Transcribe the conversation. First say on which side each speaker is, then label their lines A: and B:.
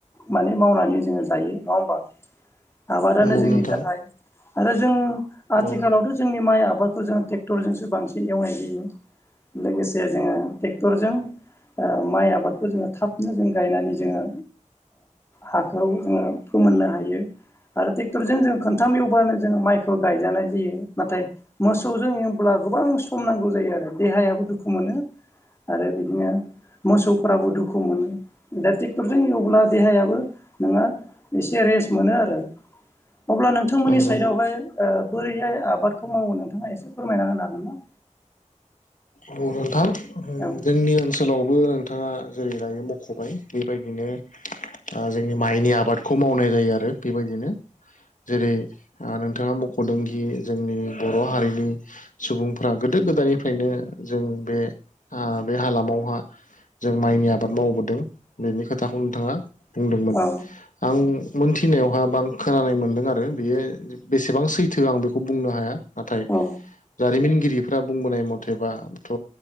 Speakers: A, on the left; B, on the left.
A: माने मावनानै जोङो जायो नङा होमबा? आबादानो
B: नंगौ
A: जोंनि
B: नोंथां
A: गाहाय आरो जों आथिखालावथ'
B: औ
A: जोंनि माइ आबाद आबादखौ जों ट्रेक्टरजोंसो बांसिन एवनाय जायो लोगोसे जोङो ट्रेक्टरजों माइ आबादखौ जोङो थाबनो जों गायनानै जोङो हा जोङो फोमोननो हायो। आरो ट्रेक्टरजों जों खोनथाम एवब्लानो जोङो माइखौ गायजानाय जायो। नाथाय मोसौजों एवब्ला गोबां सम नांगौ जायो आरो देहायाबो दुखु मोनो आरो बिदिनो मोसौफोराबो दुखु मोनो दा ट्रेक्टरजों एवब्ला देहायाबो नोङो एसे रेस्ट मोनो आरो। अब्ला नोंथांमोननि
B: नंगौ
A: साइडआवहाय बोरैहाय आबादखौ मावो। नोंथाङा एसे फोरमायना होननो हागोन ना।
B: नोंथां
A: हागोन ना?
B: जोंनि ओनसोलाव बो नोंथाङा जेरै लायनो मख'बाय बेबायदिनो जोंनि माइनि आबादखौ मावनाय ज आरो बेबायदिनो जेरै नोंथाङा मख'दों जोंनि बर' हारिनि सुबुंफोरा गो फ्रायनो जों बे बे हालामावहा जों माइनि आबाद मावबोदों बेनि खोथाखौ नोंथाङा बुंदोंमोन
A: औ
B: आं मोनथिनायावहा बा आं खोनानाय मोनदों आरो बेयो बेसेबां सैथो आं बेखौ बुंनो हाया नाथाय
A: औ
B: जारिमिनगिरि फोर बुंबोनाय मथेबाथ'